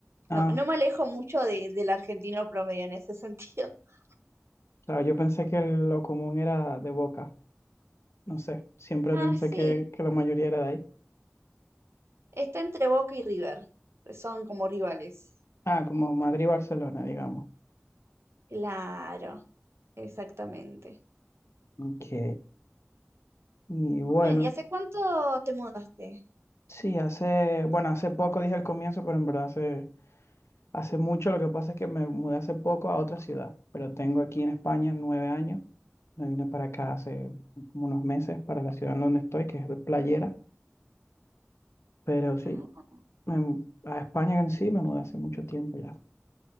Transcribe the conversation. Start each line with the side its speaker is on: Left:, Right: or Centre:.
Left: Ah,
Right: No, no me alejo mucho de- del argentino promedio en ese sentido. <laughs>
Left: claro, yo pensé que lo común era de Boca. No sé, siempre pensé
Right: Ah, sí,
Left: que, que la mayoría era de ahí.
Right: está entre Boca y River. Son como rivales.
Left: Ah, como Madrid-Barcelona, digamos.
Right: Claro, exactamente.
Left: Ok. Y bueno,
Right: Bien, ¿y hace cuánto te mudaste?
Left: sí, hace, bueno, hace poco dije al comienzo, pero en verdad hace Hace mucho, lo que pasa es que me mudé hace poco a otra ciudad, pero tengo aquí en España nueve años. Me vine para acá hace como unos meses para la ciudad en donde estoy, que es de Playera. Pero sí,
Right: Ah,
Left: me mu- a España en sí me mudé hace mucho tiempo ya.